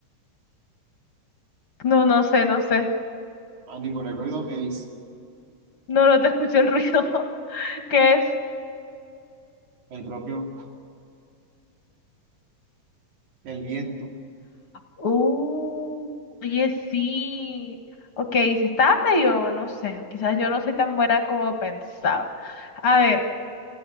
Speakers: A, on the left (about 50°); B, on the right (about 75°).
A: No, no sé, no sé.
B: Ah, ni por el ruido que es
A: No, no te escuché el ruido. <laughs> ¿Qué es?
B: el propio, el viento.
A: Uh, oye, sí. Ok, si estaba medio, no sé, quizás yo no soy tan buena como pensaba. A ver,